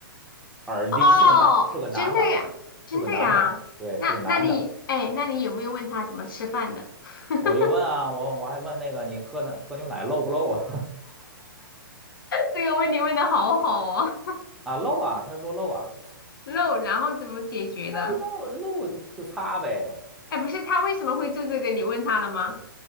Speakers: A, in the centre; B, on the left.
A: 耳钉，
B: 哦，
A: 是个男是个男的啊，
B: 真的呀，真的呀。
A: 是个男的啊，对，
B: 那那你，
A: 是个男的。
B: 哎，那你有没有问他怎么吃饭的？<laughs>
A: 我又问啊，我我还问那个你喝奶喝牛奶漏不漏啊？
B: 这个问题问的好好哦，
A: <laughs> 啊漏啊，他说漏啊。
B: 肉，然后怎么解决的？
A: 那露露就擦呗，
B: 哎，不是他为什么会做这个？你问他了吗？